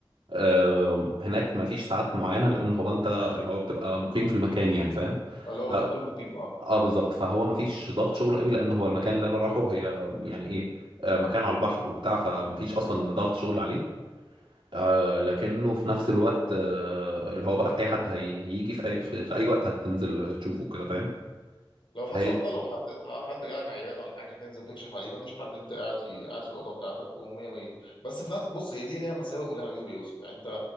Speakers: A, on the right; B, on the left.
A: آه هناك ما فيش ساعات معينه لان هو انت اللي هو بتبقى مقيم في المكان يعني فاهم
B: اللي هو
A: اه,
B: دكتور مقيم آه،
A: آه بالظبط فهو ما فيش ضغط شغل قوي لان هو المكان اللي انا رايحه هي يعني ايه آه مكان على البحر وبتاع فما فيش اصلا ضغط شغل عليه آه لكنه في نفس الوقت آه اللي هو بقى في اي حد هيجي في اي في, في اي وقت هتنزل تشوفه كده فاهم
B: لو
A: فهي
B: حسب الطلب
A: دي-
B: حد حد جالك عيان ولا حاجه تنزل تكشف عليه ما فيش حد انت قاعد في قاعد في الاوضه بتاعتك ومية مية بس في نفس بص هي دي ليها مساوئ ولها عيوب يا يوسف يعني انت